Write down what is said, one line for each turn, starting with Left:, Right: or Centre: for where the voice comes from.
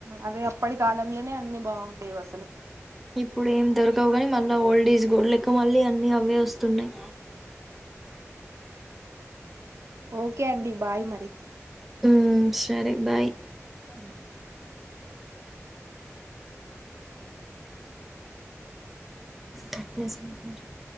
Right: అదే అప్పటి కాలంలోనే అన్ని బాగుండేవి అసలు
Centre: ఇప్పుడు ఏం దొరకవు కానీ మళ్ళా ఓల్డ్ ఈజ్ గోల్డ్ లెక్క మళ్ళీ అన్ని అవే వస్తున్నాయి
Right: ఊ ఓకే అండి బాయ్ మరి
Centre: ఊ సరే బాయ్
Right: అ
Centre: కట్నెస్ వాడుతున్నాడు చూడు